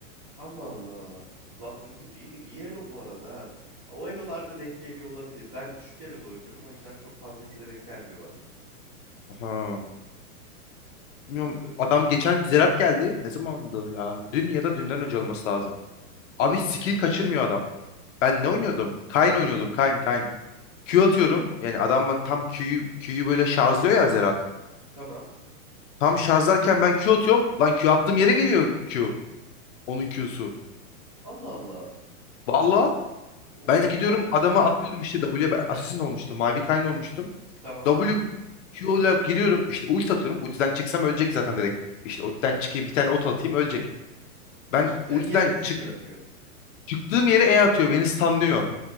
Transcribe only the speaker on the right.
Allah Allah. Lat Zümrüt iyi, iyi elo bu arada ha. O elolarda denk geliyor olabilir. Ben düşük eloda oynuyorum o yüzden çok fazla hile denk gelmiyor bana.
Bilmiyorum.
Tamam.
Allah Allah.
Bu,
bu a-
a-
tamam.
Çıktığın
yere mi skill
atıyor?